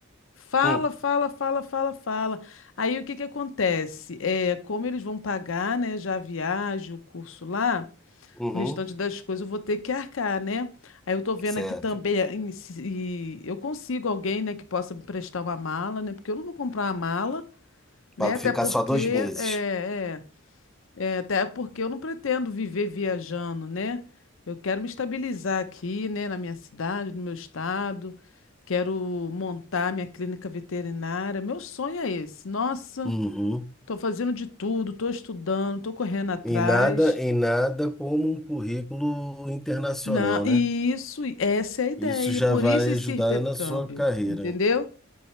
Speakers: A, on the left (about 65°); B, in the centre.
A: Fala,
B: Hum,
A: fala, fala, fala, fala. Aí o que que acontece? É, como eles vão pagar, né, já a viagem, o curso lá.
B: uhum,
A: O restante das coisas eu vou ter que arcar, né? Aí eu tô vendo
B: certo.
A: aqui também eh, em se- e eu consigo alguém, né, que possa me prestar uma mala, né? Porque eu não vou comprar uma mala, né?
B: Para
A: Até
B: ficar
A: porque
B: só dois meses.
A: é, é, é, até porque eu não pretendo viver viajando, né? Eu quero me estabilizar aqui, né, na minha cidade, no meu estado. Quero montar minha clínica veterinária. Meu sonho é esse. Nossa,
B: Uhum.
A: tô fazendo de tudo, tô estudando, tô correndo atrás.
B: E nada, e nada como um currículo internacional,
A: Não, isso,
B: né?
A: e essa é a ideia.
B: Isso já
A: Por
B: vai
A: isso esse
B: ajudar
A: intercâmbio,
B: na sua carreira.
A: entendeu?